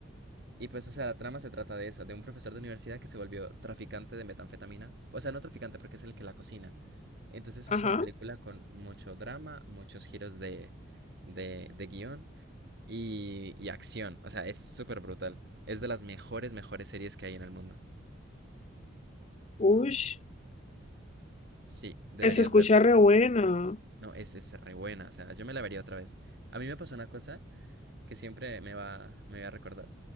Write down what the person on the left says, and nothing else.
Ajá.
Ush.
eh, Se escucha
re buena.